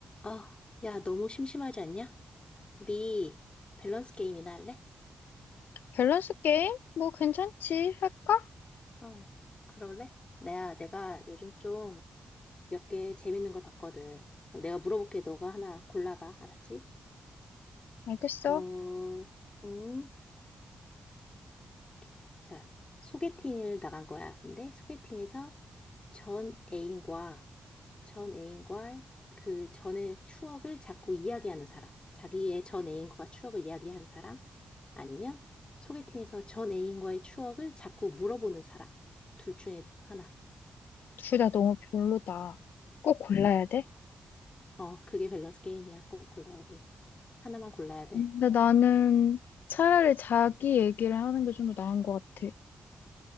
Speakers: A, on the left; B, on the left.
A: 어, 야, 너무 심심하지 않냐? 우리 밸런스 게임이나 할래?
B: 밸런스 게임? 뭐 괜찮지. 할까?
A: 어, 그럴래? 내가, 내가 요즘 좀 몇 개 재밌는 걸 봤거든. 그럼 내가 물어볼게. 너가 하나 골라봐. 알았지?
B: 알겠어.
A: 그럼, 음, 오케이. 자, 소개팅을 나간 거야. 근데 소개팅에서 전 애인과 전 애인과 그 전의 추억을 자꾸 이야기하는 사람, 자기의 전 애인과 추억을 이야기한 사람, 아니면 소개팅에서 전 애인과의 추억을 자꾸 물어보는 사람, 둘 중에 하나.
B: 둘 다 너무 별로다. 꼭 음. 골라야 돼?
A: 어, 그게 밸런스 게임이야. 꼭 골라야 돼. 하나만 골라야 돼.
B: 근데 나는 차라리 자기 얘기를 하는 게 좀 더 나은 것 같아.